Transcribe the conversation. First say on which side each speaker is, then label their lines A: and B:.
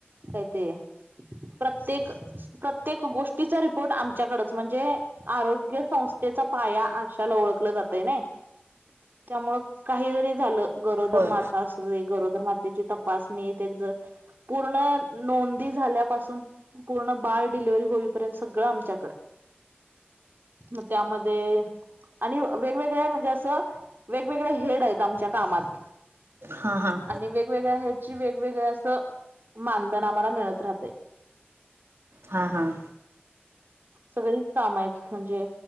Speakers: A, on the right; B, on the right.
A: काय ते प्रत्येक-प्रत्येक गोष्टीचा रिपोर्ट आमच्याकडच म्हणजे आरोग्य संस्थेचा पाया आशाला ओळखलं जातय नाई. त्यामुळं काही जरी झालं गरोदर
B: होय
A: माता अस गरोदर मातेची तपासणी त्यांच पूर्ण नोंदी झाल्यापासून पूर्ण बाळ डिलिव्हरी होईपर्यंत सगळं आमच्याकड मग त्यामध्ये आणि वेगवेगळ्या म्हणजे असं वेगवेगळे हेड आहेत आमच्या कामात
B: हां हां
A: आणि वेगवेगळ्या ह्याची वेगवेगळ असं मानधन आम्हाला मिळत राहतयं.
B: हा-हा-हा,
A: सगळीच काम आहेत म्हणजे